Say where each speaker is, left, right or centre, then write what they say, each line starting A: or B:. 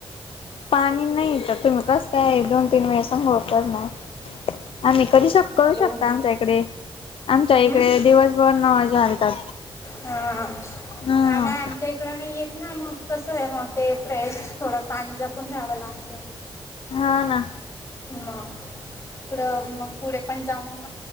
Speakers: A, on the left (about 70°); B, on the left (about 30°).
A: पाणी नाही तर तुम्ही कस काय दोन तीन वेळेसां होत ना आ कधी करू
B: हॅलो
A: शकता आमच्या इकडे आमच्या
B: हम्म
A: इकडे दिवसभर न मजा घालतात
B: हा
A: हम
B: आम्हा आमच्या इकडं नाही येत ना मग कसं आहे मग ते फ्रेश थोडं पाणीजपण जावं लागत
A: हा ना
B: मग मग पुढे पण जाऊन